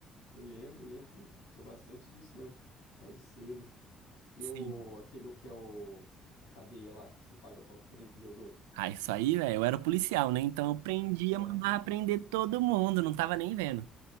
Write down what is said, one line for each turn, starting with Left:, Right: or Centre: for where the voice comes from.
Left: eu lembro, lembro. Tinha bastante disso mesmo. Pau de sebo. E
Right: Sim.
Left: o, aquele um que é o, a cadeia lá, você paga pra prender os outros.
Right: Ah, isso aí, velho, eu era policial, né? Então eu prendia,
Left: Esse aí,
Right: mandava prender todo mundo, não tava nem vendo.